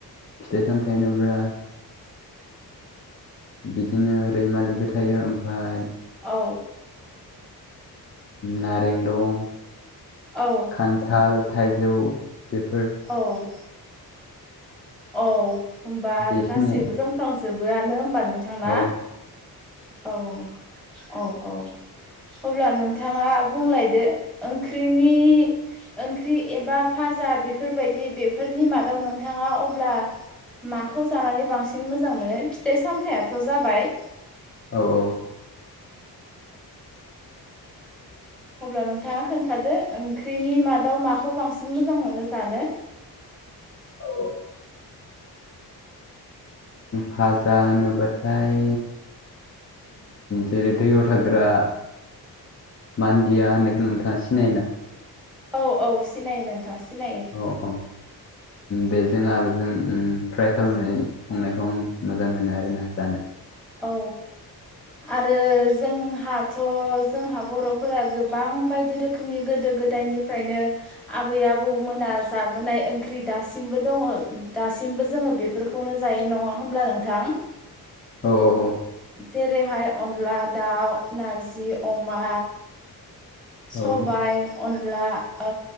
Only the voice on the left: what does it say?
फिथाइ सामथाइ होनोब्रा बिदिनो रैमालिबो थायो ओमफाय
नारें दं
खान्थाल थाइजौ बेफोर
बेखिनियानो
औ
औ औ।
औ। फाजा नुब्लाथाय जेरै दैयाव थाग्रा मान्दिया होननायखौ नोंथाङा सिनाय ना।
औ औ। बेजों आलुजों फ्राय खालामनाय संनायखौ आं मोजां मोनो आरोना जानो।
औ औ औ।
औ